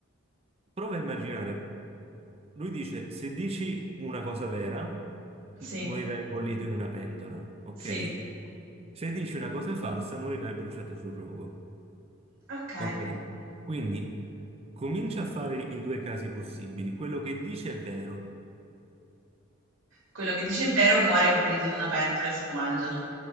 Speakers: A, on the right; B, on the right.
A: prova a immaginare. Lui dice, se dici una cosa vera,
B: Sì,
A: m- morirai bollito in una pentola, ok?
B: sì.
A: Se dici una cosa falsa, morirai bruciato sul rogo,
B: Ok.
A: ok? Quindi comincia a fare i due casi possibili. Quello che dice è vero,
B: Quello che dice è vero muore bollito in una pentola e se lo mangiano.